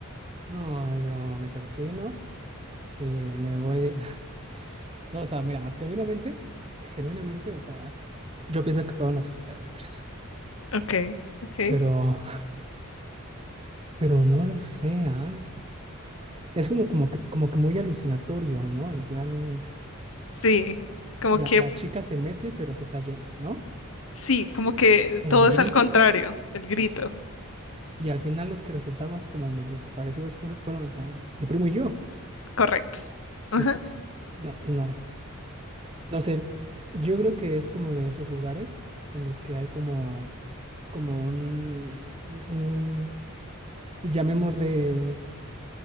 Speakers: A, on the right; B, on the left.
A: no, yo me persino, eh, me voy de- <laughs> No, o sea, mira, genuinamente, genuinamente, o sea, yo pienso que fueron los extraterrestres,
B: Ok, ok.
A: pero, pero no lo sé, ah, Es, es como, como que, como que muy alucinatorio, ¿no? En plan,
B: Sí, como
A: la,
B: que,
A: la chica se mete, pero se está yendo, ¿no?
B: sí, como que
A: El
B: todo
A: grito,
B: es al contrario, el grito,
A: y al final los que resultamos como medio desaparecidos fueron, fueron, o sea, mi primo y yo.
B: correcto. Ajá.
A: Es, no, no, no sé, yo creo que es como de esos lugares en los que hay como, como un, un- llamémosle